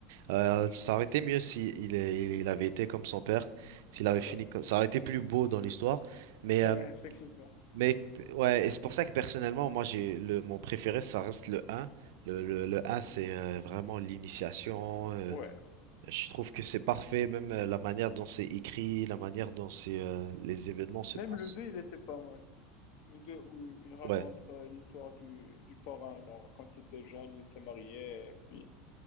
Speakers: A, on the right (about 75°); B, on the left (about 65°).
A: euh, ça aurait été mieux si il, est- il avait été comme son père, s'il avait fini,
B: ouais,
A: comme- ça aurait été plus beau dans l'histoire. Mais,
B: <laughs> ouais,
A: euh,
B: effectivement.
A: mais ouais, et c'est pour ça que personnellement, moi, j'ai le, mon préféré, ça reste le 1. Le, le, le 1, c'est euh, vraiment l'initiation. euh,
B: Ouais.
A: Je trouve que c'est parfait, même euh, la manière dont c'est écrit, la manière dont c'est, euh, les événements se
B: Même
A: passent.
B: le 2 il était pas mal. Le 2 où il raconte
A: Ouais,
B: euh, l'histoire du, du parrain, genre, quand il était jeune, il s'est marié, et puis